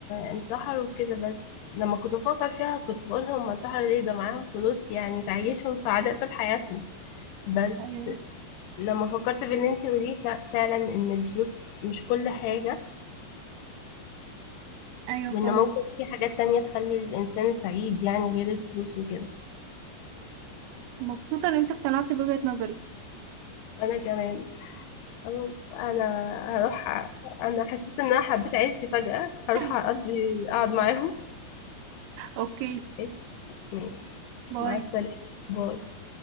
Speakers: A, on the left; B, on the right.
A: انتحروا كده بس لما كنت بفكر فيها كنت بقول هم انتحروا ليه ده معاهم فلوس يعني تعيشهم سعداء طول حياتهم بس
B: ايوه
A: لما فكرت باللي انتي قوليه ف- فعلا ان الفلوس مش كل حاجة
B: ايوه
A: وان
B: فعلا
A: ممكن في حاجات تانية تخلي الانسان سعيد يعني غير الفلوس وكده
B: مبسوطة ان انت اقتنعتي بوجهة نظري
A: وانا كمان انا أنا هروح أ- انا حسيت ان انا حبيت عيلتي فجأة هروح
B: <laughs>
A: اقضي اقعد معاهم
B: اوكي
A: إيه؟ ماشي
B: باي
A: مع السلامة باي